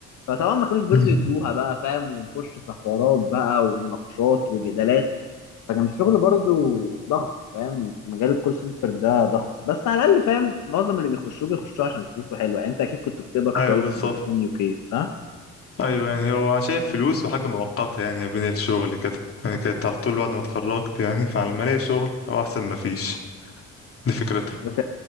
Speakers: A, on the left; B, on the left.
A: فطبعا ما كانوش برضو
B: مم.
A: يدوها بقى فاهم ونخش في حوارات بقى ومناقشات وجدالات فكان الشغل برضو ضغط فاهم مجال الكول سنتر ده ضغط بس على الاقل فاهم معظم اللي بيخشوه بيخشوه عشان فلوسه حلوه يعني انت اكيد كنت بتقبض كويس
B: ايوه بالظبط
A: في فودافون يو كي صح
B: ايوه يعني هو عشان فلوس وحاجه مؤقته يعني بين الشغل كده يعني كانت على طول بعد ما اتخرجت يعني فعلى ما الاقي شغل هو احسن ما فيش دي فكرته
A: وت...